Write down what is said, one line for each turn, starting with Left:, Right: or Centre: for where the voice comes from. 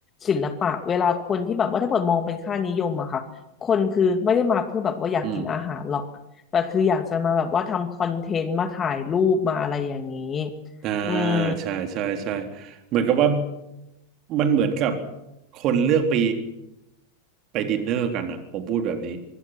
Left: ศิลปะเวลาคนที่แบบว่าถ้าเปิดมองเป็นค่านิยมอะค่ะคนคือไม่ได้มาเพื่อแบบว่าอยากกินอาหารหรอกแต่คืออยากจะมาแบบว่าทำคอนเทนต์มาถ่ายรูปมาอะไรอย่างนี้
Right: อืมอ่า
Left: อืม
Right: ใช่ใช่ใช่เหมือนกับว่ามันเหมือนกับคนเลือกไปไปดินเนอร์กันอะผมพูดแบบนี้